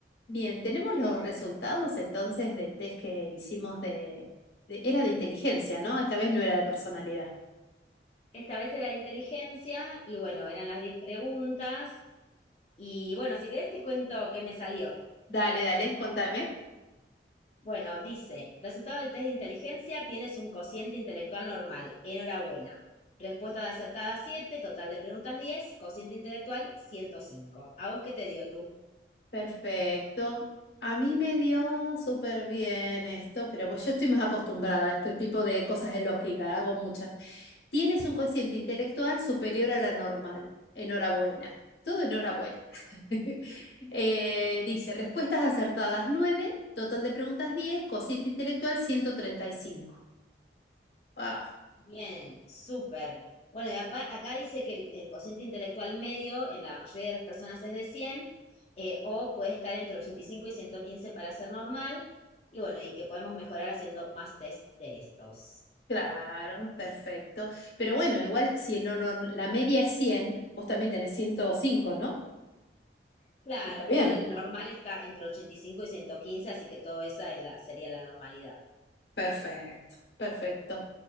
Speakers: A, on the left (about 70°); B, on the left (about 35°).
A: Bien, tenemos los resultados entonces del test que hicimos de, de- Era de inteligencia, ¿no? Esta vez no era de personalidad.
B: Esta vez era de inteligencia y bueno, eran las 10 preguntas. Y bueno, si querés te cuento qué me salió.
A: Dale, dale, contame.
B: Bueno, dice, resultado del test de inteligencia, tienes un cociente intelectual normal. Enhorabuena. Respuesta de acertada siete total de preguntas diez cociente intelectual ciento cinco ¿A vos qué te dio, Lu?
A: Perfecto. A mí me dio súper bien esto, pero pues yo estoy más acostumbrada a este tipo de cosas de lógica, hago muchas. Tienes un cociente intelectual superior a la normal. Enhorabuena. Todo enhorabuena. <laughs> Eh, dice, respuestas acertadas 9, total de preguntas 10, cociente intelectual 135. Ah,
B: Bien, súper. Bueno, y apa- acá dice que el, el cociente intelectual medio en la mayoría de las personas es de cien eh, o puede estar entre ochenta y cinco y ciento quince para ser normal, y bueno, y que podemos mejorar haciendo más test de estos.
A: claro, perfecto. Pero bueno, igual si en lo nor- la media es cien vos también tenés ciento cinco ¿no?
B: Claro,
A: Está bien.
B: pero el normal está entre ochenta y cinco y ciento quince, así que todo esa es la, sería la normalidad.
A: Perfecto, perfecto.